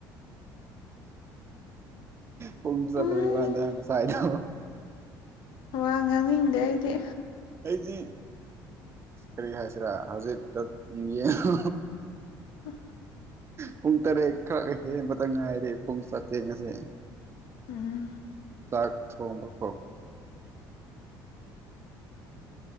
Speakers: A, on the left; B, on the right.
A: <unintelligible>
B: ꯄꯨꯡ ꯆꯠꯇꯩ
A: ꯎꯝ
B: ꯋꯥꯥꯟꯗ ꯉꯁꯥꯏꯗ
A: ꯋꯥ ꯉꯥꯡꯅꯤꯡꯗꯦ ꯑꯩꯗꯤ
B: ꯑꯩꯗꯤ ꯑꯁ ꯀꯔꯤ ꯍꯥꯏꯁꯤꯔꯥ ꯍꯧꯖꯤꯛ ꯌꯦꯉ
A: ꯍ
B: ꯄꯨꯡ ꯇꯔꯦꯠ ꯈꯔ ꯍꯦꯟꯕꯇ ꯉꯥꯏꯔꯦ ꯄꯨꯡ ꯆꯥꯇꯦꯡꯁꯦ
A: ꯎꯝ
B: ꯆꯥꯛ ꯊꯣꯡꯕ ꯈꯣ ꯎ